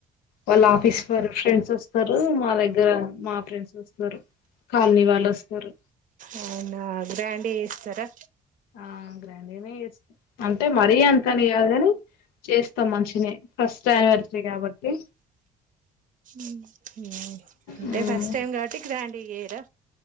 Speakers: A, on the left; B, on the right.
A: వాళ్ళ ఆఫీస్ ఫోర్ ఫ్రెండ్స్ వస్తారు మా దగ్గర మా ఫ్రెండ్స్ వస్తరు కాల్నీ వాల్లొస్తరు
B: అవునా గ్రాండ్ గా చేస్తారా
A: ఆ గ్రాండేనే చేస్ అంటే మరీ అంతని గాదు కానీ చేస్తాం మంచిగానే ఫస్ట్ యానివర్సరీ కాబట్టి
B: ఉం ఊం అంటే
A: మ్మ్.
B: ఫస్ట్ టైం కాబట్టి గ్రాండ్ గా చెయ్యరా